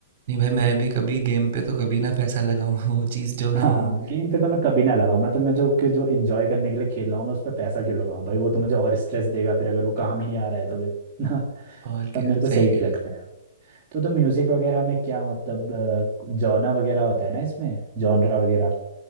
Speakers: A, on the right; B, on the right.
A: नहीं भाई मैं भी कभी गेम पे तो कभी ना पैसा लगाऊं <laughs> वो चीज़ जो
B: हाँ
A: हम
B: हाँ गेम पे तो मैं कभी ना लगाऊं मैं तो मैं जो कि जो इंजॉय करने के लिए खेल रहा हूँ मैं उस पर पैसा क्यों लगाऊं भाई वो तो मुझे और स्ट्रेस देगा फिर अगर वो काम ही नहीं आ रहा है तो फिर <laughs> ना
A: और
B: तब
A: क्या
B: मेरे को सही
A: सही कह
B: नहीं
A: रहे
B: लगता
A: हैं
B: है तो तुम म्यूजिक वगैरह में क्या मतलब जॉना वगैरह होता है ना इसमें जॉनरा वगैरह